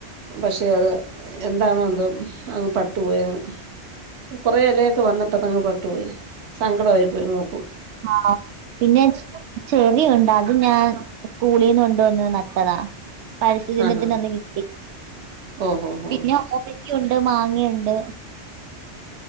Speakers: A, on the right; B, on the right.
A: പക്ഷെ അത് എന്താണ എന്തോ അങ്ങ് പട്ടുപോയങ്ങ് കുറെേഇലയൊക്കെ വന്നിട്ട് അങ്ങ് പട്ടു പോയി സങ്കടമായി പോയി മോക്ക്‌.
B: ആണോ പിന്നെ ചെറിയുണ്ട് അതും ഞാൻ സ്കൂളീന്ന് കൊണ്ടുവന്ന് നട്ടതാ. പരസ്ഥി ദിനത്തിന്
A: ആ ഹാ
B: അന്ന് കിട്ടി
A: ഓഹോ ഹോ
B: പിന്നെ ഓമയ്ക്ക ഉണ്ട് മാങ്ങയുണ്ട്